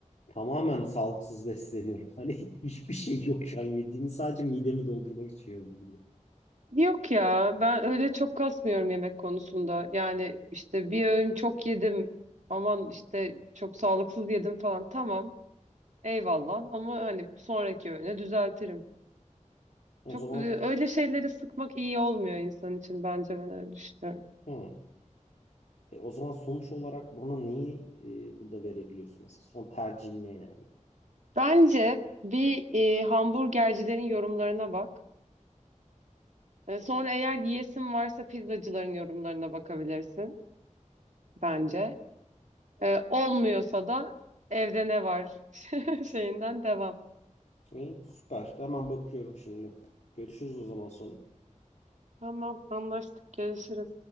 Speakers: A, on the left; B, on the right.
A: Tamamen sağlıksız besleniyorum. <laughs> Hani hiçbir şey yok şu an yediğimi sadece midemi doldurmak için yiyorum gibi.
B: Yok ya ben öyle çok kasmıyorum yemek konusunda. Yani işte bir öğün çok yedim aman işte çok sağlıksız yedim falan tamam eyvallah ama hani sonraki öğüne düzeltirim.
A: O
B: Çok
A: zaman
B: e, öyle şeyleri sıkmak iyi olmuyor insan için bence ben öyle düşünüyorum.
A: hı. E, o zaman sonuç olarak bana neyi e, burada verebiliyorsun mesela? Son tercihin ne yani?
B: Bence bir e, hamburgercilerin yorumlarına bak. E, sonra eğer yiyesin varsa pizzacıların yorumlarına bakabilirsin bence. E, olmuyorsa da evde ne var <laughs> şeyinden devam.
A: İyi, süper. Hemen bakıyorum şimdi. Görüşürüz o zaman sonra.
B: Tamam anlaştık görüşürüz.